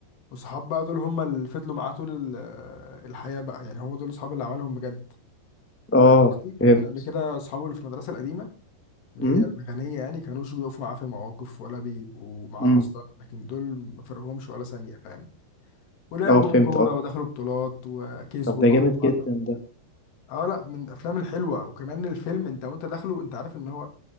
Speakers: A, on the left; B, in the centre.
A: وصحاب بقى دول هم اللي فضلوا معاه طول ال- الحياة بقى يعني هو دول الصحاب اللي عملهم بجد
B: اه
A: أنا أختي
B: فهمت
A: كان قبل كده أصحابه اللي في المدرسة القديمة اللي
B: امم
A: هي الغنية يعني كانوش بيقفوا معاه في المواقف ولا بيبقوا معاه
B: امم
A: أصلا لكن دول ما فرقهمش ولا ثانية فاهم ولعبوا
B: اه فهمت
A: بقى كورة
B: اه
A: ودخلوا بطولات وكسبوا
B: طب ده
A: مع
B: جامد
A: بعض
B: جدا ده
A: اه لا من الأفلام الحلوة وكمان الفيلم أنت وأنت داخله أنت عارف إن هو